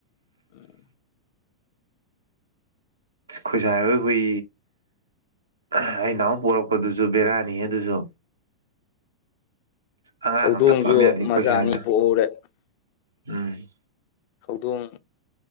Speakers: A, on the left; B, on the right.
A: ꯎꯝ
B: ꯈꯣꯏꯁꯥꯏ ꯍꯣꯏ ꯍꯨꯏ ꯑꯩ ꯅꯍꯥꯟꯃꯨꯛ ꯄꯣꯔꯛꯄꯗꯨꯖꯨ ꯕꯦꯔꯥꯅꯤꯍꯦ ꯑꯗꯨꯖꯨ ꯑꯉꯥꯡ
A: ꯍꯧꯗꯣꯡꯖꯨ
B: ꯑꯝꯇ ꯄꯝ ꯌꯥꯗꯦ ꯑꯩꯈꯣꯏ
A: ꯃꯆꯥ
B: ꯁꯥꯏꯅ
A: ꯑꯅꯤ ꯄꯣꯛꯍꯧꯔꯦ
B: ꯎꯝ
A: ꯍꯧꯗꯣꯡ